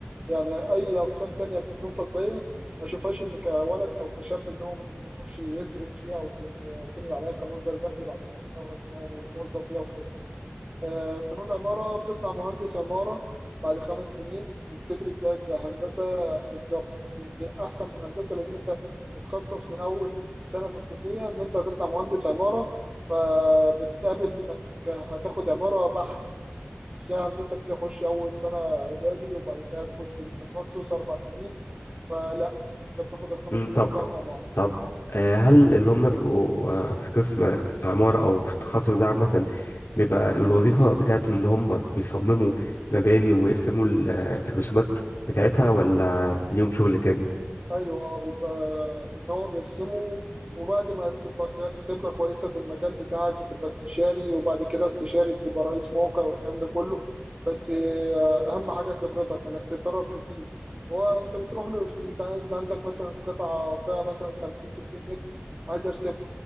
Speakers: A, on the right; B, on the left.
A: يعني اي اقسام تانية في فنون تطبيقيه ما اشوفهاش ان كولد او كشاب ان هو ممكن يخش يدرس فيها او يعتمد عليها كمصدر دخل بعد ما يتخرج ان هو يتوظف فيها وكده آه، فنون عمارة بتطلع مهندس عمارة بعد خمس سنين وبتدرس زيك زي هندسة بالظبط يمكن أحسن من هندسة لأن أنت بتخصص من أول سنة في الكلية إن أنت هتطلع مهندس عمارة فبتقابل إنك هتاخد عمارة بحت مش زي هندسة بتخش أول سنة إعدادي وبعد كده تخش التخصص أربع سنين فلا أنت بتاخد الخمس
B: مم،
A: سنين
B: طب
A: بتوعك عمارة.
B: طب آه، هل اللي هم بيبقوا آه، في قسم عمارة أو في التخصص ده عامة بيبقى الوظيفة بتاعتهم إن هم بيصمموا مباني ويرسموا ال- آه، الرسومات بتاعتها ولا ليهم شغل تاني؟
A: ايوه اه بيبقى ان هو بيرسمه وبعد ما تبقى خ- خبره كويسه في المجال بتاعك بتبقى استشاري وبعد كده استشاري بتبقى رئيس موقع والكلام ده كله بس آه، اهم حاجه خبرتك انك تتدرب كتير هو انت بتروح له يرسم- انت عايز عندك مثلا قطعه فيها مثلا 50 60 متر عايز ارسم